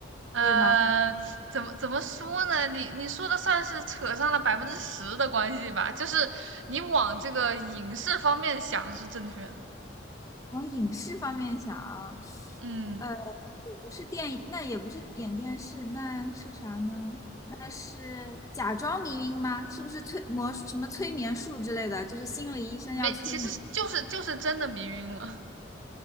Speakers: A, on the right; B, on the left.
A: 呃，
B: 可以吗？
A: 怎么怎么说呢？你你说的算是扯上了百分之十的关系吧，就是你往这个影视方面想是正确的。
B: 往影视方面想啊，
A: 嗯，
B: 呃，也不是电影，那也不是演电视，那是啥呢？那是假装迷晕吗？是不是催魔什么催眠术之类的？就是心理医生要催眠，
A: 没，其实就是就是真的迷晕了。